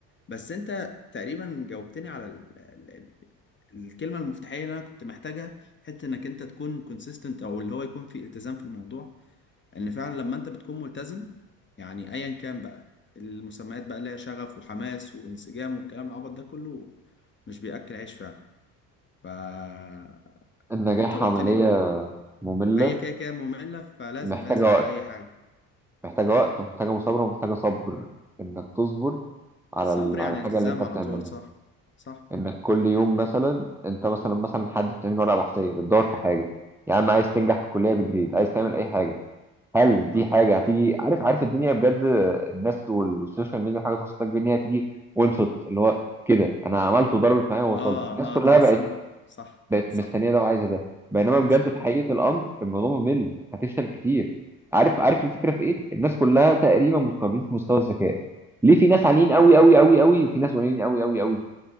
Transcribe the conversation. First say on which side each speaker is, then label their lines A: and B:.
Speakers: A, on the left (about 25°); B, in the centre.
A: بس انت تقريبا جاوبتني على ال... ال... ال- الكلمة المفتاحية اللي انا كنت محتاجها حتة انك انت تكون كونسيستنت او اللي هو يكون في التزام في الموضوع ان فعلا لما انت بتكون ملتزم يعني ايا كان بقى المسميات بقى اللي هي شغف وحماس وانسجام والكلام العبط ده كله مش بيأكل عيش فعلا فانت
B: النجاح
A: قلت
B: عمليه
A: لي
B: ممله
A: هي كده كده مملة فلازم
B: محتاجه
A: لازم
B: وقت
A: في اي حاجة
B: محتاجه وقت ومحتاجه مثابره ومحتاجه صبر انك تصبر على
A: صبر
B: ال-
A: يعني
B: على الحاجه
A: التزام
B: اللي انت
A: على
B: بتعملها
A: طول صح صح
B: انك كل يوم مثلا انت مثلا مثلا حد بتعمل ورقه بحثيه بتدور في حاجه يا عم عايز تنجح في الكليه بجريد عايز تعمل اي حاجه هل دي حاجه هتيجي عارف عارف الدنيا بجد الناس وال- والسوشيال ميديا حاجه توصل لك بان هي هتيجي وان شوت اللي هو كده انا عملت وضربت معايا ووصلت
A: اه
B: الناس كلها
A: اه تحس
B: بقت
A: ان هو صح
B: بقت
A: صح
B: مستنيه ده وعايزه ده بينما بجد
A: صح
B: في حقيقه الامر الموضوع ممل هتفشل كتير عارف عارف الفكره في ايه الناس كلها تقريبا متقاربين في مستوى الذكاء ليه في ناس عاليين قوي قوي قوي قوي وفي ناس قليلين قوي قوي قوي